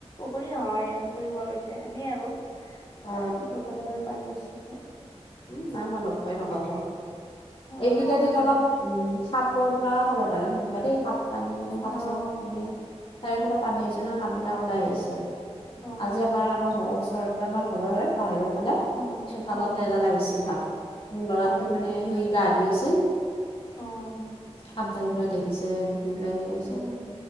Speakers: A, on the left (about 40°); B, on the left (about 55°).
A: পুখুৰী নহয় পুখুৰী কোৱা হৈছে এনেই আৰু
B: অ
A: চ দুফালে পানী আছে যে।
B: উম, নাই মই লগ পাই নকৰো।
A: অ',
B: এইকেইটা দিন অলপ উম, সাপৰ পৰা সাৱধানে থাকিবা দেই সাপ। পানী মানে সাপ
A: অ',
B: চাপ মানে চাৰিওফালে পানী হৈছে ন সাপ বিলাক ওলাই আহিছে।
A: অ',
B: আজি আমাৰ
A: তাকেইতো
B: আমাৰ ঘৰৰ ওচৰতে আমাৰ ঘৰৰে বাহিৰত ফালে
A: অ',
B: চতালতে
A: অ',
B: এডাল লাগিছিল ভাব মোৰ ল'ৰাটোৱে
A: হয় নেকি
B: মানে সেই গা ধুই আছিল।
A: অ',
B: সাপডাল বুলে দেখিছে এনেকৈ ওলাই আহিছে
A: অ',
B: বোলে।